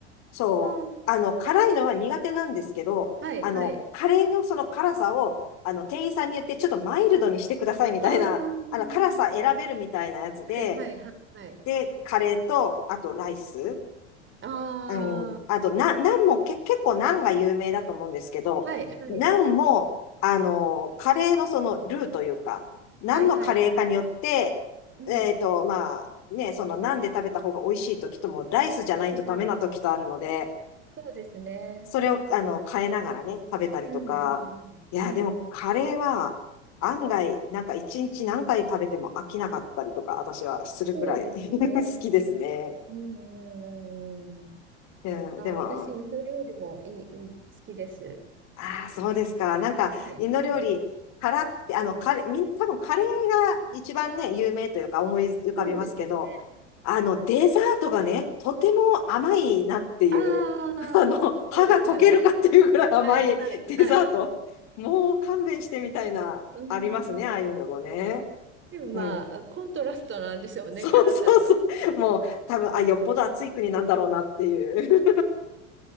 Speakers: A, on the left; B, on the right.
A: そう。
B: ー
A: あの、辛いのは苦手なんですけど、
B: はい、
A: あの、
B: はい、
A: カレーのその辛さを、あの、店員さんに言って、ちょっとマイルドにしてくださいみたいな、
B: あー
A: あの、辛さ選べるみたいなやつで、
B: はい、はい、はい、はい。
A: で、カレーと、あとライス。
B: ああ、
A: うん。あと、な、ナンもけ、結構ナンが有名だと思うんですけど、
B: はい、はい、
A: ナンも、あの、カレーのそのルーというか、ナンのカレーかによって、
B: はい、はい。うん、
A: えっと、まあ、ね、そのナンで食べた方が美味しい時とも、ライスじゃないとダメな時とあるので、
B: はい、はい。そうですね。
A: それを、あの、変えながらね、食べたりとか。
B: うん、うん、
A: いや、
B: うん、
A: でもカレーは、
B: うん。
A: 案外、なんか一日何回食べても飽きなかったりとか、私はするくらい
B: そうですね。
A: <laughs> 好きですね。
B: うん、うん、うん。
A: うん、
B: あー、
A: でも、
B: 私、インド料理もいい、いい、好きです。
A: ああ、そうですか。なんか、
B: はい、
A: インド料理、
B: はい。
A: 辛くて、あの、カレー、みん、多分カレーが一番ね、有名というか思い浮かびますけど、
B: そうですね。
A: あの、デザートがね、とても甘いなっていう、
B: ああ、
A: <laughs> あの、歯が溶けるかっていうぐらい甘い
B: そうですよね。はい、はい、
A: <laughs> デザート。
B: はい。
A: もう勘弁してみたいな、
B: うん、
A: ありますね、
B: うん。
A: ああいうのもね。
B: うんでもまあ、
A: うん。
B: あコントラストなんでしょうね、
A: そうそうそう。
B: 辛さと甘さと。
A: もう、多分、あ、よっぽど暑い国なんだろうなっていう。